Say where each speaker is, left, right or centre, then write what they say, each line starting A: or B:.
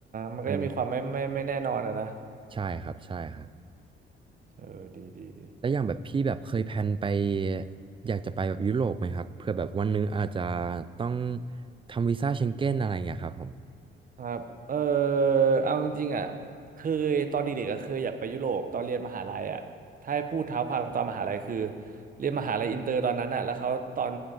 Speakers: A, on the right; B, on the right.
A: มันก็จะมีความไม่ไม่ไม่แน่นอนอะนะ
B: มันใช่ครับใช่ครับ
A: เออดีดีดี
B: แล้วอย่างแบบพี่แบบเคยแพลนไปอยากจะไปแบบยุโรปไหมครับเพื่อแบบวันหนึงอาจจะต้องทำวีซ่าเชงเก้นอะไรอย่างเงี้ยครับผม
A: ครับเออเอาจริงๆอ่ะเคยตอนเด็กๆอ่ะเคยอยากไปยุโรปตอนเรียนมหาลัยอ่ะถ้าให้พูดเท้าความตอนมหาลัยคือเรียนมหาลัยอินเตอร์ตอนนั้นอ่ะแล้วเขาตอน